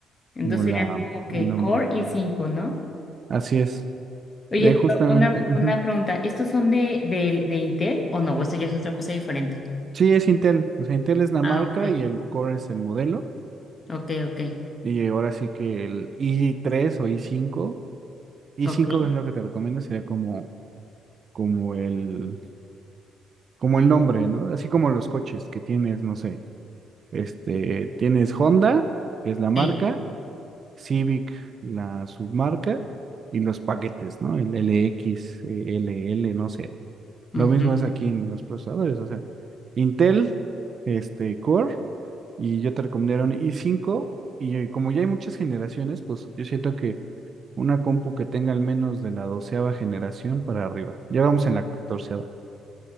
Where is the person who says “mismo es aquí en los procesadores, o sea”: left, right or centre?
Right